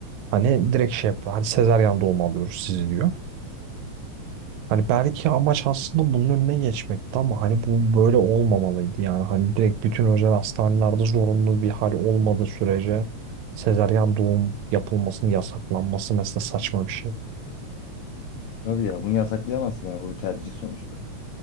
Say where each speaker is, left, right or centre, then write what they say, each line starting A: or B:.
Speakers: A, on the right; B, on the left.
A: hani direkt şey yapıyor. Hani sezaryen doğum alıyoruz sizi diyor. Hani belki amaç aslında bunun önüne geçmekti ama hani bu böyle olmamalıydı yani. Hani direkt bütün özel hastanelerde zorunlu bir hal olmadığı sürece sezaryen doğum yapılmasının yasaklanması mesela saçma bir şey.
B: Tabii ya bunu yasaklayamazsın yani bu bir tercih sonuçta.